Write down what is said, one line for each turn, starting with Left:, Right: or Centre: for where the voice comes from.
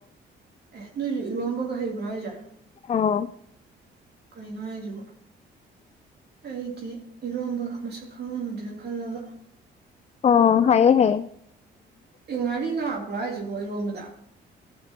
Right: ꯑꯦ ꯅꯣꯏꯁꯨ ꯏꯔꯣꯕꯒ ꯍꯩꯕ꯭ꯔꯥ ꯑꯩꯖꯥ
Left: ꯑꯥꯎ
Right: ꯀꯩꯅꯣ ꯍꯥꯏꯁꯨꯕꯨ ꯑꯩꯗꯤ ꯏꯔꯣꯝꯕ ꯃꯁꯛ ꯈꯪꯉꯝꯃꯣꯏꯗ꯭ꯔꯥ ꯈꯜꯂꯒ
Left: ꯑꯣ ꯍꯥꯏ ꯍ
Right: ꯑꯦ ꯉꯥꯔꯤꯒ ꯍꯥꯞꯄ꯭ꯔꯣ ꯍꯥꯏꯖꯤꯕꯣ ꯏꯔꯣꯝꯕꯗ